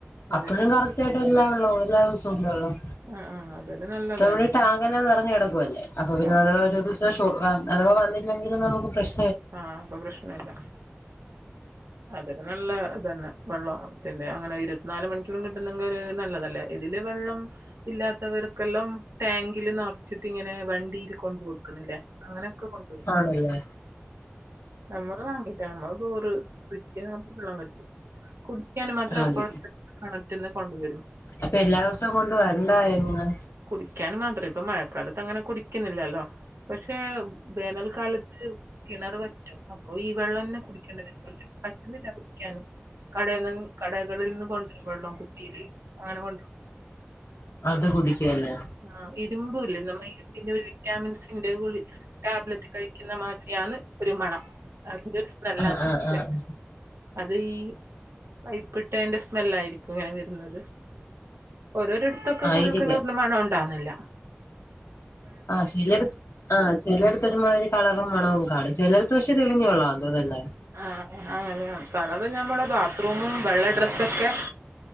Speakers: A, on the right; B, on the left.
A: അതെ
B: അപ്പഴും കറക്റ്റ് ആയിട്ട് എല്ലാ വെള്ളോം എല്ലാ ദിവസവും ഉണ്ട് വെള്ളം
A: ആ ആ അതൊരു നല്ലതന്നെ
B: പ്പവിടെ ടാങ്കെല്ലാം നിറഞ്ഞ് കിടക്കുവല്ലേ അപ്പൊ പിന്നെ
A: ആ
B: അവര് <unintelligible> അതവാ വന്നില്ലെങ്കിലും നമുക്ക് പ്രശ്
A: ആഹ് അപ്പൊ പ്രശ്നം ഇല്ല. അതൊക്കെ നല്ല ഇതന്നെ വെള്ളാണ് അങ്ങനെ ഇരുപത്തിനാല് മണിക്കൂറും കിട്ടുന്നെങ്കിൽ ഒരു നല്ലതല്ലേ ഇതില് വെള്ളം ഇല്ലാത്തവർക്കെല്ലാം ടാങ്കില് നിറച്ചിട്ട് ഇങ്ങനെ വണ്ടിയിൽ കൊണ്ട് കൊടുക്കുന്നില്ലേ അങ്ങനെൊക്കെ കൊട്
B: ആണല്ലേ
A: നമ്മള് വാങ്ങീട്ടാ നമ്മള് ബോറ് <unintelligible> വെള്ളം കെട്ടു കുടിക്കാൻ മാത്രം
B: വെള്ളം
A: അപ്പോഴത്തെ
B: കിട്ടും
A: കിണറ്റ്ന്ന് കൊണ്ടുവരും.
B: അപ്പൊ എല്ലാ ദിവസവും കൊണ്ട് വരണ്ടായേ ഇങ്ങ്.
A: കുടിക്കാൻ മാത്രം ഇപ്പ മഴക്കാലത്ത് അങ്ങനെ കുടിക്കുന്നില്ലാല്ലോ പക്ഷെ വേനൽക്കാലത്ത് കിണറ് വറ്റും അപ്പൊ ഈ വെള്ളംന്നെ കുടിക്കേണ്ടി വരുമ്പോ പറ്റുന്നില്ല കുടിക്കാന്. കടയിൽ കടകളിൽനിന്ന് കൊണ്ടുവരോം വെള്ളം കുപ്പീല് അങ്ങനെ കൊണ്ടരോം
B: അത് കുടിക്കുവല്ലേ
A: ആഹ് ഇരുമ്പുംല്ലേ നമ്മളെ ഇരുമ്പിന്റെ വിറ്റാമിൻസിന്റെ ഗുളി ടാബ്ലറ്റ് കഴിക്കുന്ന മാതിരി. യാണ് ഒരു മണം. അതിന്റെ സ്മെല്ലാണ്
B: ആഹ് ആഹ്
A: നമുക്ക്
B: ആഹ്
A: അത് ഈ പൈപ്പിട്ടതിന്റെ സ്മെല്ലായിരിക്കും ഇങ്ങനെ വരുന്നത്. ഓരോര ഇത്തൊക്കെ
B: ആയിരിക്കാം
A: കുഴൽ കിണർന്ന മണം ഉണ്ടാന്നില്ല.
B: ആഹ് <unintelligible> ആഹ് ചിലെടുത്തൊരുമാതിരി കളറും മണവും കാണും. ചിലടുത്ത് പക്ഷെ തെളിഞ്ഞവെള്ളാംന്ന് തോന്നുന്നല്ലെ?
A: ആ അങ്ങനെയ കളർ ഞമ്മളെ ബാത്റൂമും വെള്ള ഡ്രെസ്സൊക്കെ